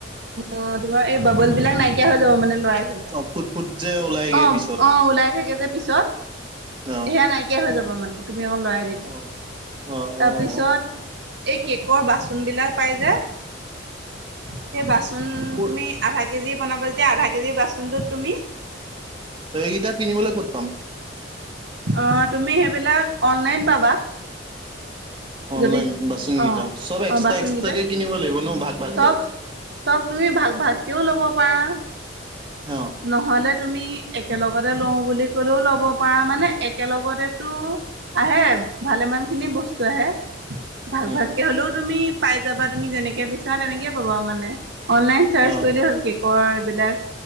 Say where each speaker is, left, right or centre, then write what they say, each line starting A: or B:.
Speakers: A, on the right (about 65°); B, on the right (about 25°).
A: অ তোমাৰ এই বাবল বিলাক নাইকিয়া হৈ যাব মানে লৰাই দিলে।
B: অ ফুট ফুট যে ওলাইগে
A: অ
B: পিছত
A: অ ওলাই থাকে যে পিছত,
B: অ
A: সেয়া নাইকিয়া হৈ যাব মানে। <unintelligible>
B: অ অ অ অ
A: এই কেকৰ বাচনবিলাক পাই যে, সেই বাচন
B: ক'ত
A: তুমি আধা কেজি বনাব তেতিয়া আধা এই বাচনটোত তুমি
B: ত এইকেইটা কিনিবলৈ ক'ত পাম?
A: অ তুমি সেইবিলাক অনলাইন পাবা।
B: অনলাইন
A: যদি
B: বাচন
A: অ'
B: কেইটা। চব এক্সট্ৰা
A: অ' বাচনকেইটা
B: এক্সট্ৰাকে কিনিব লাগিব ন ভাগ ভাগকে?
A: চব চব তুমি ভাগ ভাগকেও ল'ব পাৰা,
B: অ।
A: নহ'লে তুমি একেলগতে লও বুলি ক'লেও ল'ব পাৰা। মানে একেলগতেতো আহে, ভালেমান খিনি বস্তু আহে। ভাগ
B: উম
A: ভাগকে হ'লেও তুমি পাই যাবা তুমি যেনেকে বিচাৰা তেনেকে পাবা মানে। অনলাইন চাৰ্চ
B: অ
A: কৰিলে হ'ল কেকৰ এইবিলাক